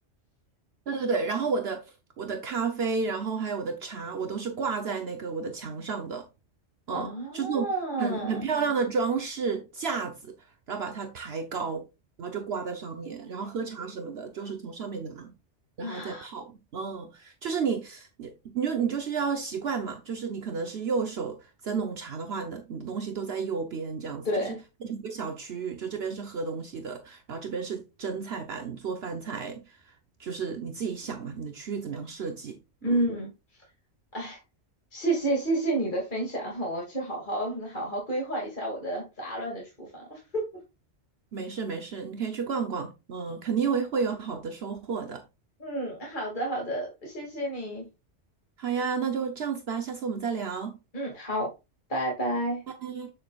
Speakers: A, on the right (about 60°); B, on the left (about 40°).
A: 对对对，然后我的我的咖啡，然后还有我的茶，我都是挂在那个我的墙上的，嗯，
B: 啊
A: 就是那种很很漂亮的装饰架子，然后把它抬高，然后就挂在上面，然后喝茶什么的，就是从上面拿，然后再泡，
B: 啊，
A: 嗯，就是你你你就你就是要习惯嘛，就是你可能是右手在弄茶的话，你的你的东西都在右边这样子，
B: 对，
A: 就是变成一个小区域，就这边是喝东西的，然后这边是蒸菜板，做饭菜，就是你自己想嘛，你的区域怎么样设计？
B: 嗯，
A: 嗯，
B: 哎，谢谢谢谢你的分享，我去好好好好规划一下我的杂乱的厨房。<laughs>
A: 没事没事，你可以去逛逛，嗯，肯定会会有好的收获的。
B: 嗯，好的好的，谢谢你。
A: 好呀，那就这样子吧，下次我们再聊，
B: 嗯，好，拜拜。
A: 拜。